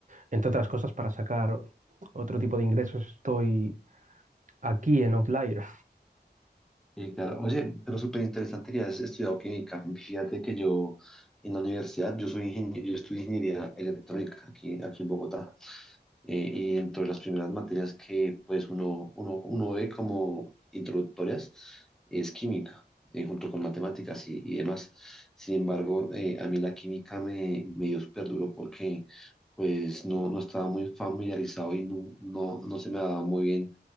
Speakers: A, on the right; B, in the centre.
A: entre otras cosas, para sacar otro tipo de ingresos estoy aquí en Outlier.
B: Sí, claro. Oye, pero súper interesante que has estudiado química. Fíjate que yo en la universidad, yo soy ingeniero, yo estudié ingeniería electrónica aquí, aquí en Bogotá. eh, y dentro de las primeras materias que pues uno, uno, uno ve como introductorias es química, eh, junto con matemáticas y, y demás. Sin embargo, eh, a mí la química me, me dio súper duro porque pues no, no estaba muy familiarizado y no, no, no se me daba muy bien